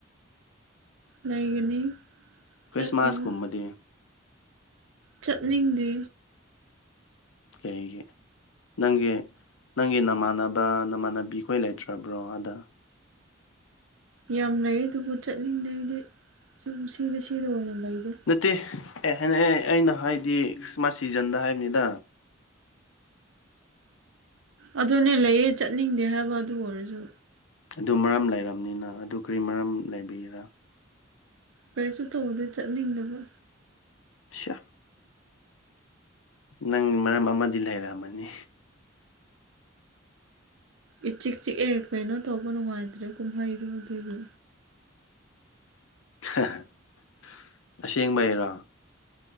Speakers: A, on the right; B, on the left.
A: ꯂꯩꯒꯅꯤ
B: ꯈ꯭ꯔꯤꯁꯃꯥꯁꯀꯨꯝꯕꯗꯤ
A: ꯆꯠꯂꯣꯏ ꯆꯠꯅꯤꯡꯗꯦ
B: ꯀꯩꯒꯤ? ꯅꯪꯒꯤ ꯅꯪꯒꯤ ꯅꯃꯥꯟꯅꯕ ꯅꯃꯥꯟꯅꯕꯤꯈꯣꯏ ꯂꯩꯇ꯭ꯔꯕ꯭ꯔꯣ ꯑꯥꯗ?
A: ꯌꯥꯝ ꯂꯩ ꯑꯗꯨꯕꯨ ꯆꯠꯅꯤꯡꯗꯦ ꯑꯩꯗꯤ ꯁꯨꯝ ꯁꯤꯗ ꯁꯤꯗ ꯑꯣꯏꯅ ꯂꯩꯔꯦ꯫
B: ꯅꯠꯇꯦ ꯑꯦ ꯍꯥꯏ ꯑꯩꯅ ꯍꯥꯏꯗꯤ ꯈ꯭ꯔꯤꯁꯃꯥꯁ ꯁꯤꯖꯟꯗ ꯍꯥꯏꯕꯅꯤꯗ
A: ꯑꯗꯨꯅꯦ ꯂꯩꯌꯦ ꯆꯠꯅꯤꯡꯗꯦ ꯍꯥꯏꯕ ꯑꯗꯨ ꯑꯣꯏꯔꯖꯨ꯫
B: ꯑꯗꯨ ꯃꯔꯝ ꯂꯩꯔꯝꯅꯤꯅ ꯑꯗꯨ ꯀ꯭ꯔꯤ ꯃꯔꯝ ꯂꯩꯕꯒꯤꯔꯥ?
A: ꯀꯔꯤꯁꯨ ꯇꯧꯗꯦ ꯆꯠꯅꯤꯡꯗꯕ꯫
B: ꯁ꯭ꯌꯥ ꯅꯪ ꯃꯔꯝ ꯑꯃꯗꯤ ꯂꯩꯔꯝꯃꯅꯤ
A: ꯏ ꯆꯤꯛ ꯆꯤꯛꯑꯦ ꯀꯩꯅꯣ ꯇꯧꯕ ꯅꯨꯡꯉꯥꯏꯇ꯭ꯔꯦ ꯀꯨꯝꯍꯩꯗꯨ ꯑꯗꯨꯒꯤ
B: ꯍꯥ ꯍꯥ ꯑꯁꯦꯡꯕꯩꯔꯣ?